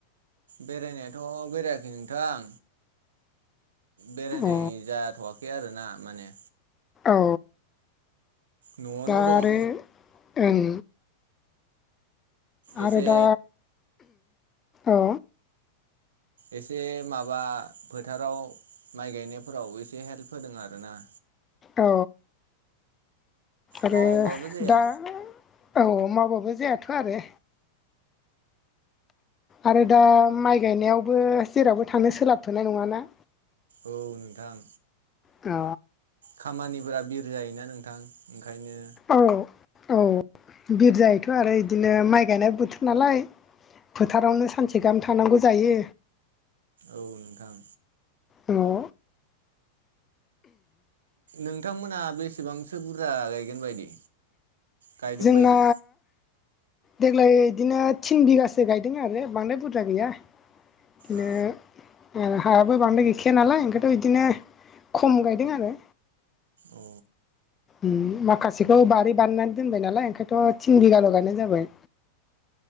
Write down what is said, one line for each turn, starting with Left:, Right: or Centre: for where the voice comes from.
Right: बेरायनायाथ बेरायाखै नोंथां बेरायनाय
Left: अ
Right: जाथवाखै आरोना माने
Left: अ
Right: न'आवनो
Left: दा
Right: दं
Left: आरो ओं
Right: एसे
Left: आरो दा अ
Right: एसे माबा फोथाराव माइ गायनायफोराव एसे हेल्प होदों आरोना
Left: अ आरो
Right: मावाबाबो जाया
Left: दा औ मावबाबो जायाथ आरो आरो दा माइ गायनायावबो जेरावबो थांनो सोलाबथनाय नङाना
Right: औ नोंथां
Left: अ
Right: खामानिफोरा बिर जायोना नोंथां ओंखायनो
Left: औ औ बिर जायोैथ आरो इदिनो माइ गायनाय बोथोर नालाय फोथारावनो सानसे गाहाम थानांगौ जायो
Right: औ नोंथां
Left: औ
Right: नोंथांमोना बेसेबांसो बुरजा गायगोन बायदि? गायदों
Left: जोंना
Right: बायदि
Left: देग्लाय इदिनो थिन बिगासो गायदों आरो बांद्राय बुरजा गैया इदिनो
Right: आ
Left: ओ हायाबो बांद्राय गैखाया नालाय ओंखायथ इदिनो खम गायदों आरो
Right: अ
Left: ओम माखासेखौ बारि बानायनानै दोनबाय नालाय ओंखायथ थिन बिघाल गायनाय जाबाय